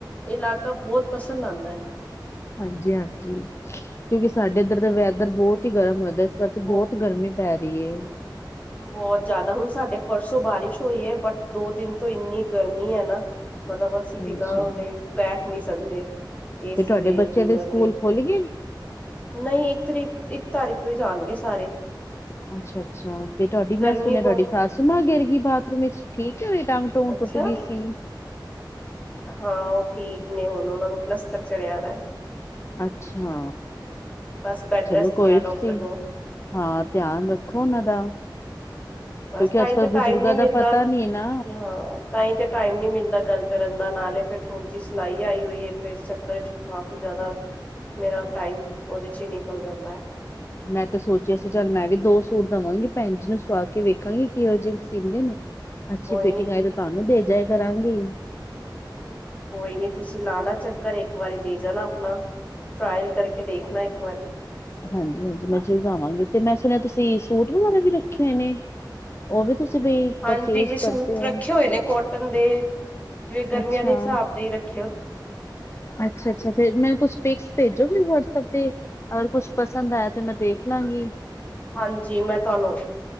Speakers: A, on the left; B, on the left.
A: ਇਲਾਕਾ ਬਹੁਤ ਪਸੰਦ ਆਉਂਦਾ ਏ
B: ਹਾਂਜੀ-ਹਾਂਜੀ ਕਿਉਂਕਿ ਸਾਡੇ ਇੱਧਰ ਦਾ ਵੈਦਰ ਬਹੁਤ ਹੀ ਗਰਮ ਹਦਾ ਇਸ ਵ ਬਹੁਤ
A: ਬਹੁ
B: ਗਰਮੀ ਪੈ ਰਹੀ ਏ।
A: ਬਹੁਤ ਜਿਆਦਾ ਹੁਣ ਸਾਡੇ ਪਰਸੋਂ ਬਾਰਿਸ਼ ਹੋਈ ਏ ਬਟ ਦੋ ਦਿਨ ਤੋਂ ਇੰਨੀ ਗਰਮੀ ਹੈ ਨਾ ਮਤਲਬ ਅਸੀਂ
B: ਹਾਂਜੀ
A: ਬਿਨਾਂ ਉਹਦੇ ਬੈਠ ਨਹੀਂ ਸਕਦੇ ਏਸੀ
B: ਤੇ ਤੁਹਾਡੇ
A: ਦੇ
B: ਬੱਚੇ
A: ਕੂਲਰ
B: ਸਕੂਲ
A: ਦੇ
B: ਖੁੱਲ ਗਏ ਨੇ?
A: ਨਹੀਂ ਇੱਕ ਤਰੀਕ ਇੱਕ ਤਾਰੀਕ ਤੋਂ ਹੀ ਜਾਣਗੇ ਸਾਰੇ
B: ਅੱਛਾ-ਅੱਛਾ ਤੇ ਤੁਹਾਡੀ
A: ਗਰਮੀ
B: ਮੈਂ ਸੁਣਿਆ
A: ਬਹੁਤ
B: ਤੁਹਾਡੀ ਸੱਸ ਮਾਂ ਗਿਰ ਗਈ ਬਾਥਰੂਮ ਵਿੱਚ ਠੀਕ ਹੈ ਓਦਾਂ ਟੋਂ
A: ਅੱਛਾ
B: ਟੁੱਟ ਗਈ ਸੀ
A: ਹਾਂ ਉਹ ਠੀਕ ਨੇ ਹੁਣ ਉਹਨਾਂ ਨੂੰ ਪਲੱਸਤਰ ਚੜਿਆ ਦਾ
B: ਅੱਛਾ।
A: ਬਸ ਬੈਡ
B: ਚਲੋ
A: ਰੈਸਟ
B: ਕੋਈ
A: ਕਿਹਾ ਡਾਕਟਰ
B: ਤੁਸੀਂ
A: ਨੇ
B: ਹਾਂ ਧਿਆਨ ਰੱਖੋ ਉਹਨਾਂ ਦਾ ਕਿਉਂਕਿ
A: ਬਸ ਤਾਂਹੀ
B: ਅੱਜ-ਕੱਲ੍ਹ
A: ਤਾਂ
B: ਬਜ਼ੁਰਗਾਂ
A: ਟਾਈਮ ਨਹੀਂ
B: ਦਾ
A: ਮਿਲਦਾ
B: ਪਤਾ ਨੀ ਨਾ
A: ਹਾਂ ਤਾਂ ਹੀ ਤੇ ਟਾਈਮ ਨੀ ਮਿਲਦਾ ਗੱਲ ਕਰਨ ਦਾ ਨਾਲੇ ਫਿਰ ਥੋੜ੍ਹੀ ਜਿਹੀ ਸਿਲਾਈ ਆਈ ਹੋਈ ਹੈ ਫੇਰ ਇਸ ਚੱਕਰ ਚ ਕਾਫੀ ਜ਼ਿਆਦਾ ਮੇਰਾ ਟਾਈਮ ਉਹਦੇ ਚ ਹੀ ਨਿਕਲ ਜਾਂਦਾ ਏ
B: ਮੈਂ ਤੇ ਸੋਚਿਆ ਸੀ ਚੱਲ ਮੈਂ ਵੀ ਦੋ ਸੂਟ ਦੇਵਾਂਗੀ ਭੈਣ ਜੀ ਨੂੰ ਸੁਵਾ ਕੇ ਵੇਖਾਂਗੀ ਕਿ ਜਿਹੇ ਸੀ ਕ ਅੱਛੀ
A: ਕੋਈ
B: ਫਿਟਿੰਗ
A: ਨੀ
B: ਆਏ ਤੇ ਤੁਹਾਨੂੰ ਦੇ ਜਾਏ ਕਰਾਂਗੇ
A: ਕੋਈ ਨਹੀਂ ਤੁਸੀਂ ਲਾਣਾ ਚੱਕਰ ਇੱਕ ਵਾਰੀ ਦੇ ਜਾਣਾ ਆਪਣਾ ਟਰਾਇਲ ਕਰਕੇ ਦੇਖਣਾ ਇੱਕ ਵਾਰੀ
B: ਹਾਂਜੀ-ਹਾਂਜੀ ਮੈਂ ਜਰੂਰ ਆਵਾਂਗੀ ਤੇ ਮੈਂ ਸੁਣਿਆ ਤੁਸੀਂ ਸੂਟ ਵਗੈਰਾ ਵੀ ਰੱਖੇ ਹੋਏ ਨੇ? ਉਹ ਵੀ ਤੁਸੀਂ ਬਈ
A: ਹਾਂਜੀ
B: ਪਰਚੇਸ
A: ਸੂਟ
B: ਕਰਦੇ ਹੋ
A: ਰੱਖੇ ਹੋਏ ਨੇ ਕੋਟਨ ਦੇ ਜਿਵੇਂ ਗਰਮੀਆਂ
B: ਅੱਛਾ
A: ਦੇ ਹਿਸਾਬ ਦੇ ਹੀ ਰੱਖ
B: ਅੱਛਾ-ਅੱਛਾ ਤੇ ਮੈ ਕੁਛੇ ਭੇਜੋਗੇ ਵਟਸਐਪ ਤੇ, ਅਗਰ ਕੁਛ ਪਸੰਦ ਆਇਆ ਤੇ ਮੈਂ ਦੇਖ ਲਵਗੀ
A: ਹਾਂਜੀ ਮੈਂ ਤੁਹਾਨੂੰ,